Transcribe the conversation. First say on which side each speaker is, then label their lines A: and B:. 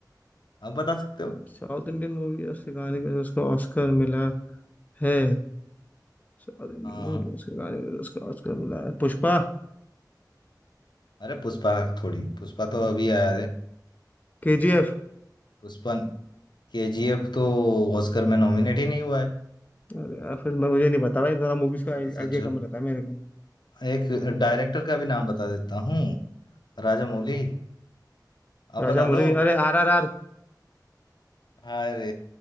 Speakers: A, on the left (about 85°); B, on the left (about 20°).
A: आप बता सकते हो
B: साउथ इंडियन मूवी और उसके गाने के वजह से उसको ऑस्कर मिला है साउथ इंडियन
A: हाँ
B: मूवी
A: हाँ।
B: और उसके गाने के वजह से उसको ऑस्कर मिला है पुष्पा
A: अरे पुष्पा थोड़ी पुष्पा तो अभी आया है
B: केजीएफ
A: पुष्पा केजीएफ तो ऑस्कर में नॉमिनेट ही नहीं हुआ है
B: अरे यार फिर मैं मुझे नहीं पता भाई थोड़ा मूवीज का आइडिया
A: थोड़ा सोचो
B: कम रहता है मेरे को
A: एक डायरेक्टर का भी नाम बता देता हूँ राजामौली आप
B: राजा
A: बता दो
B: मौली अरे आर आर आर
A: अरे